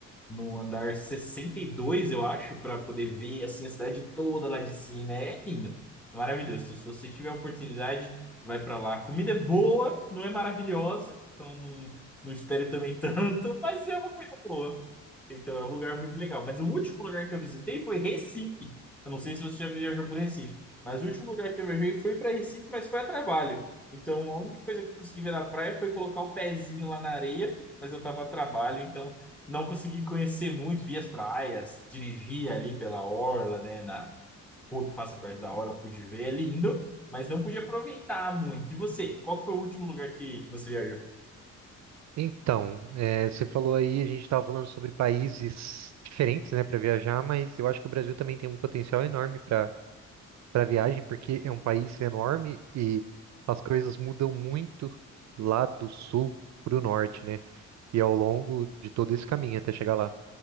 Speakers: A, in the centre; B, on the right.
A: no andar 62 eu acho, para poder ver assim a cidade toda lá de cima. É lindo, maravilhoso. Então, se você tiver a oportunidade, vai para lá. A comida é boa, não é maravilhosa, então não, não espere também <laughs> tanto, mas é uma coisa boa. Então é um lugar muito legal. Mas o último lugar que eu visitei foi Recife. Eu não sei se você já viajou por Recife, mas o último lugar que eu viajei foi para Recife, mas foi a trabalho. Então, a única coisa que eu consegui ver na praia foi colocar o pezinho lá na areia, mas eu tava a trabalho, então não consegui conhecer muito, vi as praias, dirigi ali pela orla, né, na rua que passa perto da orla, pude ver, é lindo, mas não pude aproveitar muito. E você, qual que foi o último lugar que, que você viajou?
B: Então, eh, você falou aí, a gente estava falando sobre países diferentes, né, para viajar, mas eu acho que o Brasil também tem um potencial enorme para para viagem, porque é um país enorme e as coisas mudam muito lá do sul para o norte, né? E ao longo de todo esse caminho até chegar lá.